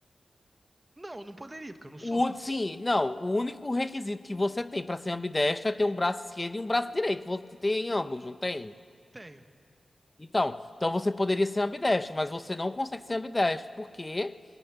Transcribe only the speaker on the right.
Não, eu não poderia, porque eu não sou.
Tenho.